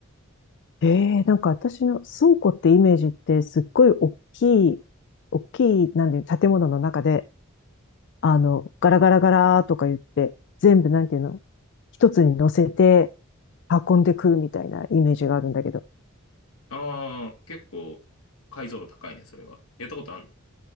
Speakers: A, on the left; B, on the left.
A: ええなんか私の倉庫ってイメージってすっごい大きい、大きい、なんで、建物の中で、あの、ガラガラガラとか言って、全部なんていうの一つに乗せて運んでくるみたいなイメージがあるんだけど。
B: ああ、結構、解像度高いね、それは。やったことあんの